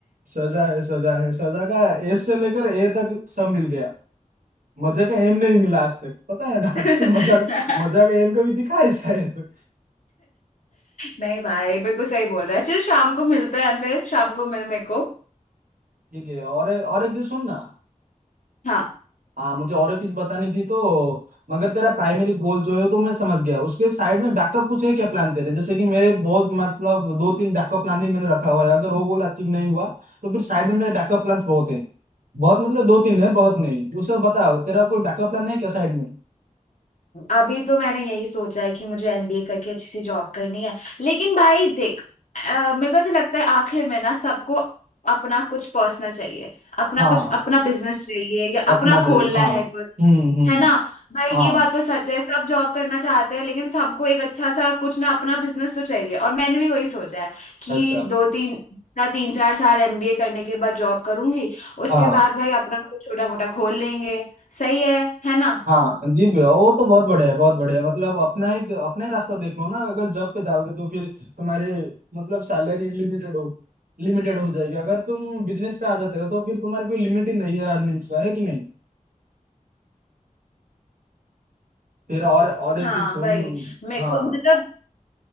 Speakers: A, on the right; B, on the left.
A: सजा है सजा है सजा का ए से लेकर ए तक सब मिल गया मजा का एम नहीं मिला आज तक पता है ना <laughs>
B: <laughs>
A: तुझे मजा का मजा का एम कभी दिखा है शायद
B: नहीं भाई बिल्कुल सही बोल रहा है चल शाम को मिलते हैं फिर शाम को मिल मेरे को
A: ठीक है और और एक चीज सुन ना
B: हाँ
A: हाँ मुझे और एक चीज बतानी थी तो मगर तेरा प्राइमरी गोल जो है तो मैं समझ गया उसके साइड में बैकअप कुछ है क्या प्लान तेरे जैसे कि मेरे बहुत मतलब दो तीन बैकअप प्लान भी मैंने रखा हुआ है अगर वो गोल अचीव नहीं हुआ तो फिर साइड में मेरे बैकअप प्लान बहुत हैं बहुत मतलब दो तीन है बहुत नहीं उसे बताओ तेरा कोई बैकअप प्लान है क्या साइड में
B: अभी तो मैंने यही सोचा है कि मुझे एमबीए करके अच्छी सी जॉब करनी है लेकिन भाई देख अ, मेरे को ऐसा लगता है आखिर में ना सबको अपना कुछ पर्सनल चाहिए अपना
A: हाँ
B: कुछ अपना बिजनेस चाहिए या
A: अपना
B: अपना
A: चाहिए
B: खोलना
A: हाँ
B: है कुछ
A: हम्म हम्म
B: है ना भाई
A: हाँ
B: ये बात तो सच है सब जॉब करना चाहते हैं लेकिन सबको एक अच्छा सा कुछ ना अपना बिजनेस तो चाहिए और मैंने भी वही सोचा है कि
A: अच्छा
B: दो तीन ना तीन चार साल एमबीए करने के बाद जॉब करूंगी उसके
A: हाँ
B: बाद भाई अपना कुछ छोटा मोटा खोल लेंगे सही है है ना
A: हाँ जी भैया वो तो बहुत बढ़िया है बहुत बढ़िया है। मतलब अपना ही अपना ही रास्ता देख लो ना अगर जॉब पे जाओगे तो फिर तुम्हारे मतलब सैलरी लिमिटेड हो लिमिटेड हो जाएगी अगर तुम बिजनेस पे आ जाते हो तो फिर तुम्हारी कोई लिमिट ही नहीं है अर्निंग्स का है कि नहीं फिर और और एक
B: हाँ
A: चीज सुन
B: वही मेरे
A: हाँ
B: को मतलब